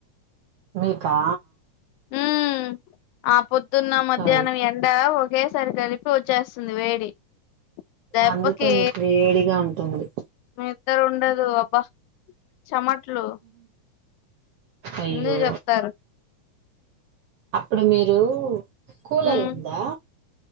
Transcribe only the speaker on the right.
మీకా
అయ్
అందుకే మీకు వేడిగా ఉంటుంది
అయ్యో
అప్పుడు మీరు కూలరుందా